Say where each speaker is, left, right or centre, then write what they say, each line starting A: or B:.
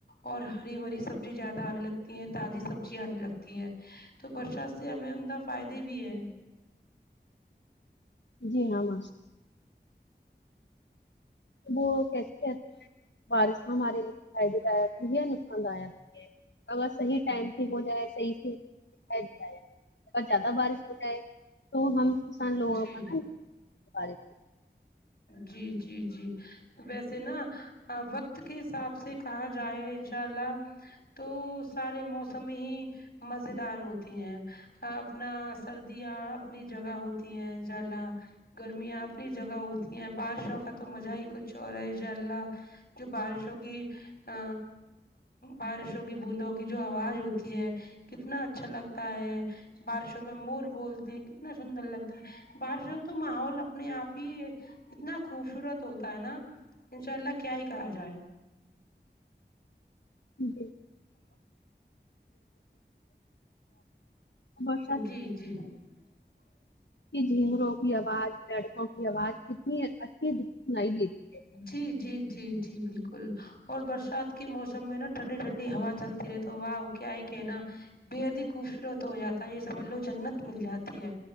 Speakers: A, on the left; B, on the left.
A: اور ہری بری سبزی زیادہ آنے لگتی ہیں تازی سبزی آنے لگتی ہیں تو برسات سے ہمیں ان کا فائدے بھی ہے
B: جی ہاں م وہ کیسے کہتے ہیں بارش ہمارے لیے فائدے داک بھی ہے نقصان داک ہے اگر صی ٹائم ہو جائے صحیح سے اور زیادہ بارش ہو جائے تو ہم سانوگ
A: جی
B: پتا بار
A: جی جی جی ویسے نا وقت کے حساب سے کہاں جائے انشاء اللہ تو سارے موسم ہی مز دار ہوتے ہیں اپنا سردیاں اپنی جگہ ہوتی ہیں انشاء اللہ گرمیاں اپنی جگہ ہوتی ہیں بارشوں کا تو مزہ ہی کچھ اورا ہے ان شاء اللہ جو بارشوں کی ا بارشوں کی بوندوں کی جو آواز ہوتی ہے کتنا اچھا لگتا ہے بارشوں میں مور بولتے ہیں کتنا سندر لگتا ہے بارشوں تو ماحول اپنے آپ ہی اتنا خوبصورت ہوتا ہے نا ان شاء اللہ کیا ہی کہا جائے
B: جی بر
A: جی جی <inaudible>
B: جھینگروں کی آواز پیڑکوں کی آواز کتنی اچھی سنائی دیتی
A: جی جی جی جی بالکل اور برسات کے موسم میں نا ٹھنڈی ٹھنڈی ہوا چلتی رہے تو واہ کیا ہی کہناا بےد ہی خوبصورت ہو جاتا ہے یہ سمجھ لو جنت مل جاتی ہے